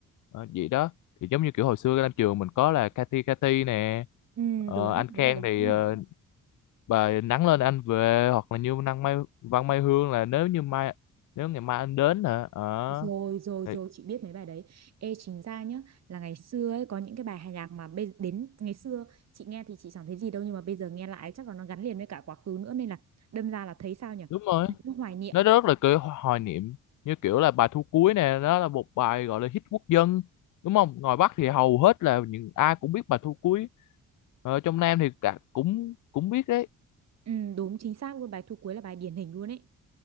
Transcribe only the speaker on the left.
ờ, gì đó thì giống như kiểu hồi xưa lam trường mình có là Cathy Cathy nè
Ờ,
anh Khang
thì
ờ,
bà nắng lên anh về hoặc là như năng Mai Văn Mai Hương là nếu như mai nếu ngày mai anh đến hả ờ
thì-
đúng rồi
nó rất là kiểu hoài niệm như kiểu là bài Thu Cuối nè đó là một bài gọi là hit quốc dân đúng không ngoài Bắc thì hầu hết là những ai cũng biết bài Thu Cuối ờ, trong Nam thì cả cũng cũng biết đấy